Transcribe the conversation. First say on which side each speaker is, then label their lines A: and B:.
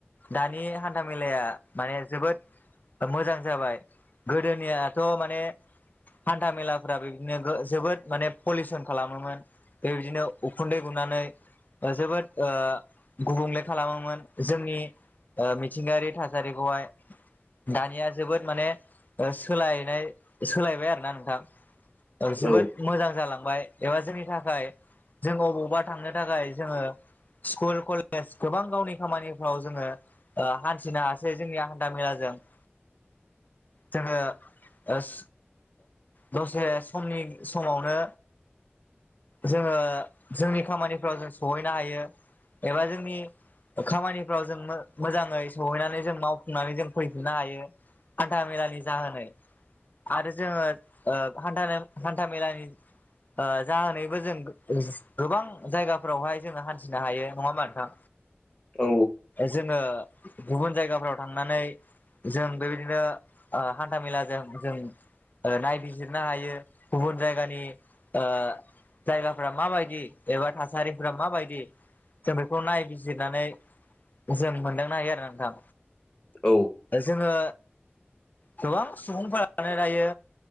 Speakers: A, on the left (about 40°); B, on the left (about 25°).
A: दानि हान्था मेलाया माने जोबोद मोजां जाबाय गोदोनियाथ' माने हान्था मेलाफोरा बिदिनो जोबोद माने पलिउसन खालामोमोन। बेबायदिनो उखुन्दै गुनानै जोबोद ओ गुबुंले ओ खालामोमोन जोंनि ओ मिथिंगायारि थासारिखौहाय। दानिया जोबोद माने सोलायनाय सोलायबाय आरोना नोंथां
B: औ
A: जोबोद मोजां जालांबाय एबा जोंनि थाखाय जों अबावबा थांनो थाखाय जोङो स्कुल कलेज गोबां गावनि खामानिफ्राव जोङो हान्थिनो हासै जोंनिया हान्था मेलाजों <inaudible>
B: <inaudible>
A: जोङो ओस दसे समनि समावनो जोङो जोंनि खामानिफ्राव जों सहैनो हायो एबा जोंनि खामानिफ्राव जों मोजाङै सहैनानै जों मावफुंनानै जों फैफिननो हायो हान्था मेलानि जाहोनै आरो जोङो ओ हान्था-हान्था मेलानि ओ जाहोनैबो जों गोबां जायगा फोरावहाय जोङो हान्थिनो हायो नङा होमबा नोंथां
B: औ
A: जोङो गुबुन जायगाफ्राव थांनानै जों बेबायदिनो ओ हान्था मेलाजों जों नायबिजिरनो हायो गुबुन जायगानि ओ जायगाफ्रा माबायदि एबा थास साहारिफ्रा मा बायदि जों बेखौ नायबिजिरनानै जों मोनदांनो हायो आरो नोंथां
B: औ
A: जोङो
B: <inaudible>
A: गोबां सुबुंफोरानो दायो